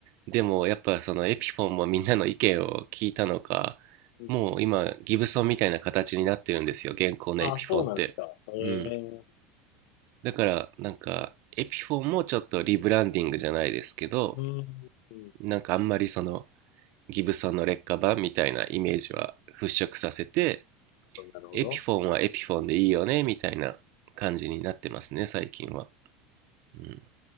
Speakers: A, on the right; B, on the left.
A: でもやっぱそのエピフォンもみんなの意見を聞いたのか、
B: うん
A: もう今ギブソンみたいな形になってるんですよ、現行のエピフォンって。
B: あ、そうなんですか。ええ
A: うん。だからなんかエピフォンもちょっとリブランディングじゃないですけど、
B: うん。なる
A: なんかあんまりそのギブソンの劣化版みたいなイメージは払拭させて、
B: ほど。なるほど
A: エピフォンはエピフォンでいいよねみたいな感じになってますね、最近は。うん。